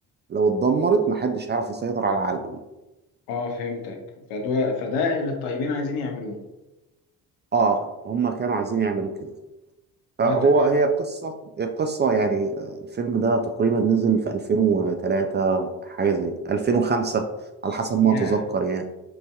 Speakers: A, on the right; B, on the left.
A: لو اتدمرت محدش هيعرف يسيطر على العالم
B: اه فهمتك فده فده اللي الطيبين عايزين يعملوه
A: اه هم كانوا عايزين يعملوا كده
B: اه
A: هو
B: تمام
A: هي قصة قصة يعني آه، الفيلم ده تقريبا نزل في 2003 حاجة زي 2005 على حسب ما
B: يا
A: أتذكر يعني